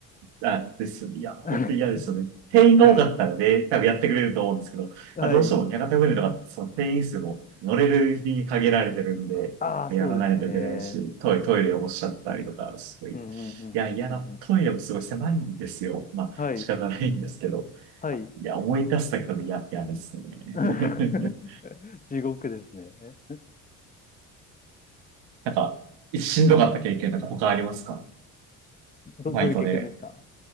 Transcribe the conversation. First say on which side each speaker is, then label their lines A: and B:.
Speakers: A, on the right; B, on the left.
A: あ、です。いや、本当に嫌ですよね。
B: <laughs>
A: 店員が多かったらね、
B: はい。
A: 多分やってくれると思うんですけど、
B: はい。
A: まあ、どうしても屋形船とか、その店員数も乗れる日に限られてるんで、
B: ああ、
A: やらないといけないし、
B: そうですよね。
A: トイレ、トイレをおっしゃったりとか、すごい。
B: うんうんうんうんうんうん。
A: いや、嫌な、トイレもすごい狭いんですよ。まあ、
B: はい。
A: 仕方ないんですけど。
B: はい。
A: いや、思い出すだけでも嫌、嫌ですね。
B: <laughs>
A: <laughs>
B: 地獄ですね。
A: なんか、しんどかった経験なんか他ありますか
B: ど、
A: バイトで。
B: どういう経験ですか